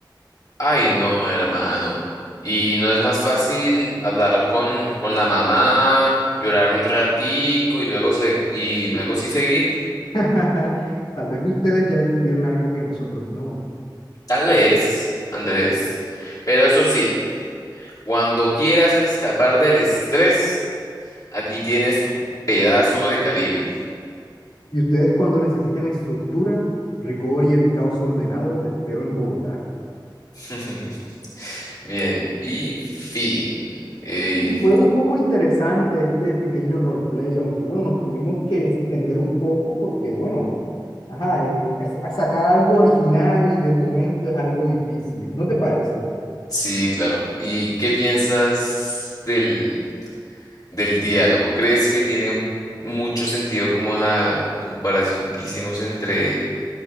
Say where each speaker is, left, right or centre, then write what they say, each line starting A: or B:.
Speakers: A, on the left; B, on the left.
A: Ay, no, hermano. Y no es más fácil hablar con, con la mamá, llorar un ratico y luego se, y luego sí seguir.
B: <laughs> Tal vez ustedes ya descubrieron algo que nosotros no.
A: Tal vez, Andrés. Pero eso sí, cuando quieras escapar del estrés, aquí tienes tu pedazo de Caribe.
B: Y ustedes cuando necesiten estructura, rigor y el caos ordenado, te espero en Bogotá.
A: <laughs> Bien, y fin. Eh,
B: Sí, fue un poco interesante este pequeño roleplay, aunque bueno, nos tuvimos que extender un poco porque bueno, ajá, eh, es- sacar algo original y del momento es algo difícil, ¿no te parece?
A: sí, claro. ¿Y qué piensas del, del diálogo. ¿Crees que tiene un- mucho sentido como la comparación que hicimos entre